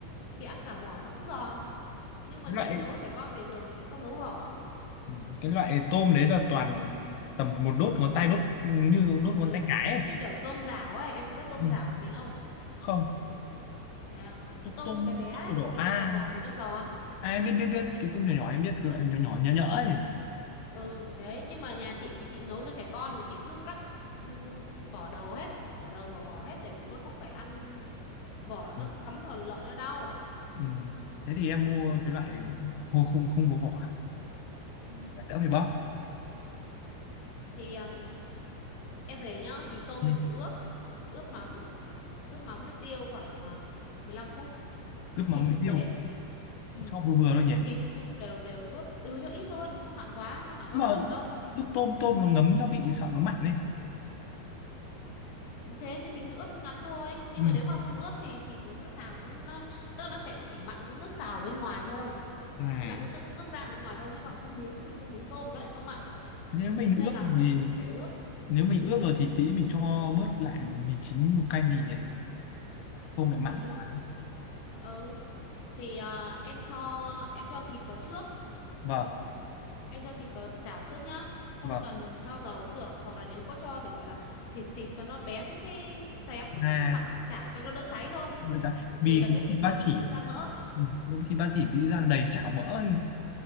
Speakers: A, on the left; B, on the left.
A: chị ăn cả vỏ nó cũng giòn nhưng mà
B: cái
A: chị
B: loại
A: nấu cho trẻ con thì thường chị không nấu vỏ
B: ừ, cái loại tôm đấy là toàn tầm một đốt ngón tay đốt như đốt ngón
A: ừ
B: tay cái ấy.
A: như kiểu tôm rảo ấy em có biết tôm
B: Ừ,
A: rảo của mình không
B: không
A: thế à
B: tôm
A: tôm
B: tôm
A: bé bé
B: tôm
A: ấy,
B: đỏ
A: thì
B: a
A: ăn cả vỏ thì nó giòn
B: à, em biết biết biết
A: nhưng,
B: cái tôm nhỏ nhỏ em biết cái loại nhỏ nhỏ nhỡ nhỡ ấy
A: ừ đấy nhưng mà nhà chị thì chị nấu cho trẻ con thì chị cứ cắt ừ, bỏ đầu hết bỏ đầu bỏ vỏ hết để chúng nó không phải ăn vỏ nó
B: ừ.
A: cứ cắm vào lợi nó đau
B: Ừ. thế thì em mua cái loại không không không có vỏ
A: Ừ.
B: đỡ phải bóc
A: thì à, em về nhá thì tôm
B: Ừ,
A: em phải ướp ướp mắm ướp mắm với tiêu khoảng à, 15 phút
B: Ướp
A: với
B: mắm
A: thịt
B: với
A: cũng
B: tiêu
A: thế ừ.
B: cho vừa vừa thôi nhỉ
A: thịt với tôm đều đều ướp ừ cho ít thôi đừng cho mặn quá cho mặn quá
B: nhưng mà
A: không ăn được đâu
B: ướp tôm tôm nó ngấm gia vị sợ nó mạnh đấy
A: Ừ, thế thì mình mới ướp ngắn thôi nhưng
B: ừ.
A: mà nếu mà không ướp thì thì tí nữa xào nó nó tức là nó sẽ chỉ mặn cái nước xào bên ngoài thôi
B: là
A: mặn cái nước nước rang bên ngoài thôi chứ còn cái miếng thịt cái miếng tôm nó lại không mặn
B: nếu mình
A: nên
B: ướp
A: là
B: rồi
A: phải
B: thì
A: phải ướp
B: nếu mình ướp rồi thì tí mình cho bớt lại mì chính một canh đi nhỉ
A: ừ
B: không lại
A: ừ
B: mặn quá
A: Ừ. thì à, em cho em cho thịt vào trước
B: vâng
A: em cho thịt vào chảo trước nhá không
B: vâng
A: cần cho dầu cũng được hoặc là nếu có cho thì gọi là xịt xịt cho nó bén cái xém cái
B: à
A: cái, cái mặt chảo cho nó đỡ cháy thôi
B: vậy dạ. vì
A: vì là
B: cái
A: cái thịt
B: thịt ba
A: ba
B: chỉ
A: chỉ nó ra mỡ
B: ừ, cái thịt ba chỉ đi ra đầy chảo mỡ ấy